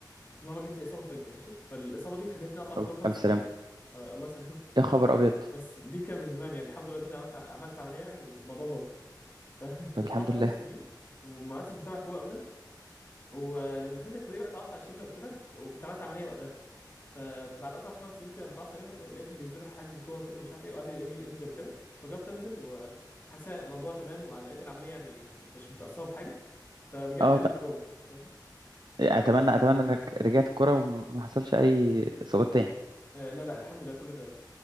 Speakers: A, on the left; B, on the right.
A: في مره جت لي اصابه في رجلي ماشي فالاصابه دي خلتني اقطع كوره
B: أو في
A: خمس
B: ألف سلامة
A: سنين آه، الله يسلمك
B: يا خبر
A: <laughs>
B: أبيض
A: بس دي كان من زمان يعني الحمد لله دلوقتي عملت عملت عمليه يعني والموضوع ظبط <laughs> فكنت
B: طب الحمد
A: قطعت
B: لله
A: خمس سنين وما عدتش بتابع كوره ابدا ولما دخلت الكليه بقى اتعرفت على شله وكده وكنت عملت عمليه وقتها فبعد قطعة خمس سنين كده متعرفت عليهم لقيتهم بينزلوا حجز كورة كده مش عارف ايه وقعدوا يقولوا لي انزل وكده فجربت انزل وحاسس الموضوع تمام ولقيت العملية يعني مش متأثرة بحاجة فرجعت
B: اه
A: تاني
B: ط-
A: للكورة فاهمني؟
B: أتمنى أتمنى إنك رجعت الكورة وما حصلش أي إصابات تاني
A: آه لا لا الحمد لله كله تمام